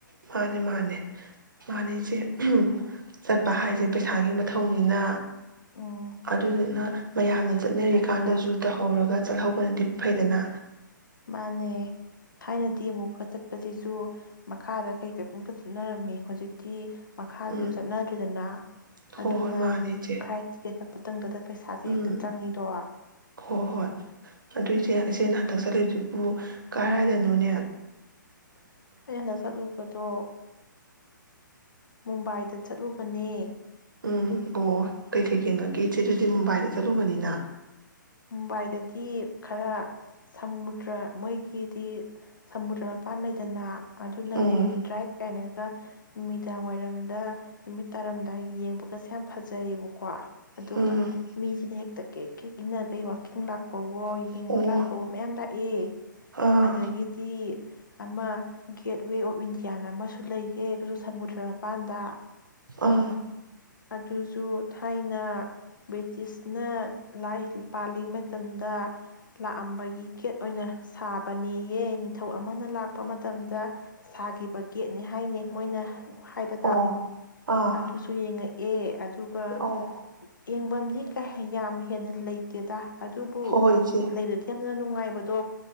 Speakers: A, on the right; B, on the left.
A: ꯃꯥꯟꯅꯦ ꯃꯥꯟꯅꯦ ꯃꯥꯟ ꯗꯤ ꯏꯆꯦ ꯎꯝ ꯆꯠꯄ ꯍꯥꯏꯖꯦ ꯄꯩꯁꯥꯒꯤ ꯃꯊꯧꯅꯤꯅ
B: ꯎꯝ
A: ꯑꯗꯨꯗꯨꯅ ꯃꯌꯥꯝꯅ ꯆꯠꯅꯔꯤꯀꯥꯟꯗꯖꯨ
B: ꯑꯗꯨꯒ
A: ꯇꯧꯍꯧꯔꯒ ꯆꯠꯍꯧꯕꯅꯗꯤ ꯐꯩꯗꯅꯥ
B: ꯃꯥꯟꯅꯦ ꯊꯥꯏꯅꯗꯤ ꯑꯃꯨꯛꯀ ꯆꯠꯄꯖꯤꯖꯨ ꯃꯈꯥꯗ ꯀꯩꯗ <unintelligible> ꯆꯠꯅꯔꯝꯃꯤ ꯍꯨꯖꯤꯛꯇꯤ ꯃꯈꯥꯗꯖꯨ
A: ꯎꯝ
B: ꯆꯠꯅꯗ꯭ꯔꯦꯗꯅꯥ
A: ꯍꯣꯏ
B: ꯑꯗꯨꯅ
A: ꯍꯣꯏ ꯃꯥꯅꯦ ꯏꯆꯦ
B: ꯐ꯭ꯔꯥꯏꯠ ꯇꯤꯀꯦꯠ ꯀꯛꯄ <unintelligible> ꯄꯩꯁꯥꯖꯦ
A: ꯎꯝ
B: ꯍꯦꯛꯇ ꯆꯪꯉꯤꯗꯣ <inaudible>
A: ꯍꯣꯏ ꯍꯣꯏ ꯑꯗꯨ ꯏꯆꯦ ꯏꯆꯦꯅ ꯍꯟꯗꯛ ꯆꯠꯂꯨꯏꯗꯨꯕꯨ ꯀꯥꯔꯥꯏꯗꯅꯣꯅꯦ
B: ꯑꯩꯅ ꯍꯟꯗꯛ ꯆꯠꯂꯨꯕꯗꯣ ꯃꯨꯝꯕꯥꯏꯗ ꯆꯠꯂꯨꯕꯅꯦ
A: ꯎꯝ ꯑꯣ ꯀꯩꯀꯩ ꯌꯦꯡꯉꯛꯀꯦ ꯏꯆꯦꯗꯨꯗꯤ ꯃꯨꯝꯕꯥꯏꯗ ꯆꯠꯂꯨꯕꯅꯤꯅ
B: ꯃꯨꯝꯕꯥꯏꯗꯗꯤ ꯈꯔꯥ ꯁꯃꯨꯗ꯭ꯔꯥ ꯃꯣꯏꯒꯤꯗꯤ ꯁꯃꯨꯗ꯭ꯔ ꯃꯄꯥꯟ ꯂꯩꯗꯅꯥ ꯑꯗꯨꯅ
A: ꯎꯝ
B: ꯃꯦꯔꯤꯟ ꯗ꯭ꯔꯥꯏꯚ ꯀꯥꯏꯅꯒ ꯅꯨꯃꯤꯗꯥꯡ ꯋꯥꯏꯔꯝꯗ ꯅꯨꯃꯤꯠ ꯇꯥꯔꯝꯗꯥꯏ ꯌꯦꯡꯕꯒꯁꯦ ꯌꯥꯝ ꯐꯖꯩꯌꯦꯕꯀꯣ ꯑꯗꯨꯒ
A: ꯎꯝ
B: ꯃꯤꯁꯤꯅ ꯍꯦꯛ ꯇꯥ ꯀꯤꯠ ꯀꯤꯠ ꯏꯅ ꯑꯩ ꯋꯥꯀꯤꯡ ꯂꯥꯛꯄꯧ ꯑꯣ ꯌꯦꯡꯕ
A: ꯑꯣ
B: ꯂꯥꯛꯄꯑꯣ ꯃꯌꯥꯝ ꯂꯥꯛꯑꯦ
A: ꯑꯥ
B: ꯑꯗꯒꯤꯗꯤ ꯑꯃ ꯒꯦꯠꯋꯦ ꯑꯣꯐ ꯏꯟꯗꯤꯌꯥꯅ ꯑꯃꯁꯨ ꯂꯩꯒꯦ ꯑꯗꯨꯁꯨ ꯁꯃꯨꯗ꯭ꯔ ꯃꯄꯥꯟꯗ
A: ꯑꯥ
B: ꯑꯗꯨꯁꯨ ꯊꯥꯏꯅ ꯕ꯭ꯔꯤꯇꯤꯁꯅ ꯂꯥꯏ ꯄꯥꯜꯂꯤ ꯃꯇꯝꯗ ꯂꯥꯛꯑꯝꯕꯒꯤ ꯒꯦꯠ ꯑꯣꯏꯅ ꯁꯥꯕꯅꯦꯌꯦ ꯅꯤꯡꯊꯧ ꯑꯃꯅ ꯂꯥꯛꯄ ꯃꯇꯝꯗ ꯁꯥꯈꯤꯕ ꯒꯦꯠꯅꯦ ꯍꯥꯏꯅꯦ ꯃꯣꯏꯅ ꯍꯥꯏꯕꯗ
A: ꯑꯣ ꯑꯥ
B: ꯑꯗꯨꯁꯨ ꯌꯦꯡꯉꯛꯑꯦ ꯑꯗꯨ ꯄꯥ
A: ꯑꯣ
B: ꯌꯦꯡꯕꯝ <unintelligible> ꯌꯥꯝ ꯍꯦꯟꯅ ꯂꯩ ꯇꯦꯗ ꯑꯗꯨꯕꯨ
A: ꯍꯣꯏ ꯍꯣꯏ ꯏꯆꯦ
B: ꯂꯩꯕꯗꯤ ꯌꯥꯝꯅ ꯅꯨꯡꯉꯥꯏꯕꯗꯣ